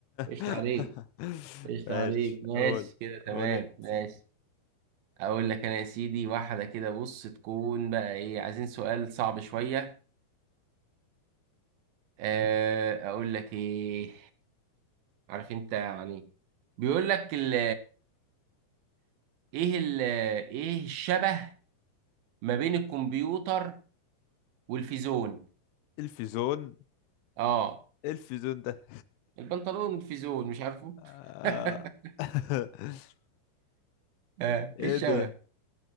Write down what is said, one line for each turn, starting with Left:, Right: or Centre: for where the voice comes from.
Right: قشطة
Left: <laughs>
Right: عليك قشطة
Left: ماشي
Right: عليك ماشي
Left: قول
Right: كده
Left: قول
Right: تمام
Left: انت.
Right: ماشي أقول لك أنا يا سيدي واحدة كده بص تكون بقى إيه عايزين سؤال صعب شوية آه، أقول لك إيه عارف أنت يعني بيقول لك ال إيه ال إيه الشبه ما بين الكمبيوتر والفيزون
Left: الفيزون
Right: أه
Left: الفيزون ده
Right: البنطلون والفيزون مش عارفه
Left: <laughs> آه.
Right: <laughs>
Left: <laughs>
Right: آه،
Left: ايه
Right: إيه الشبه
Left: ده